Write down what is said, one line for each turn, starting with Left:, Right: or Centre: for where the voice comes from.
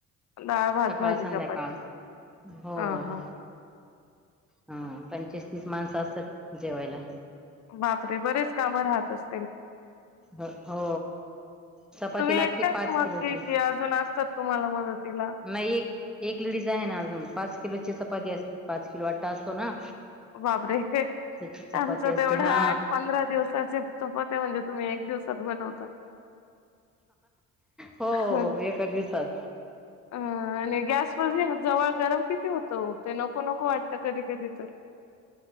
Left: डाळ भात
Centre: सकाळ
Left: भाजी
Centre: संध्याकाळ
Left: चपाती
Centre: हो
Left: हा
Centre: हो
Left: हा
Centre: हो ह पंचवीस तीस माणसं असतात जेवायला.
Left: बापरे बरेच काम राहत अस
Centre: अ हो चपाती
Left: तुम्ही एकट्याच
Centre: लागते पाच
Left: मग
Centre: किलोची
Left: की की अजून असतात तुम्हाला मदतीला
Centre: नाही एक एक लेडीज आहे ना अजून पाच किलोची चपाती अस पाच किलो आटा असतो ना
Left: बापरे
Centre: त्याची चपाती
Left: आमचं
Centre: असते
Left: तेवढं
Centre: हा
Left: आठ पंधरा दिवसाचे चपत आहे म्हणजे तुम्ही एक दिवसात बनवता
Centre: हो
Left: हं.
Centre: एका दिवसात
Left: अ आणि गॅसवर जवळ गरम किती होतं ते नको नको वाटत कधी कधी तर